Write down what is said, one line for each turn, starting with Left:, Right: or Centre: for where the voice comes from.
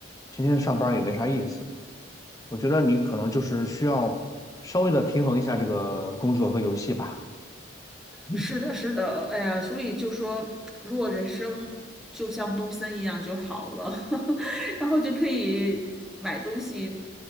Left: 天天上班儿也没啥意思。我觉得你可能就是需要稍微的平衡一下这个工作和游戏吧。嗯
Centre: 是的，是的，哎呀，所以就说，如果人生就像东森一样就好了，<laughs> 然后就可以买东西，